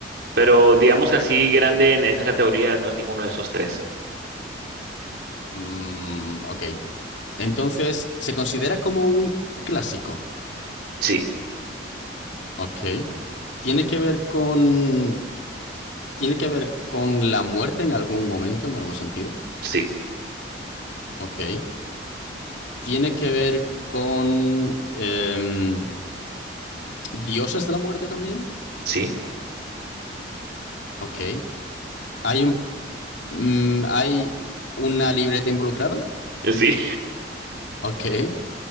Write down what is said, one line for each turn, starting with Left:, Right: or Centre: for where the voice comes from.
Right: Pero digamos que así grande en esa categoría no es ninguno de esos tres.
Left: Mm, ok. Entonces, se considera como un clásico.
Right: Sí,
Left: Ok. ¿Tiene que ver con... ¿Tiene que ver con la muerte en algún momento, en algún sentido?
Right: sí,
Left: Ok. Tiene que ver con... em, ¿Dioses de la muerte también?
Right: sí,
Left: Ok. ¿Hay un, mm, hay una libreta involucrada?
Right: sí,
Left: Ok.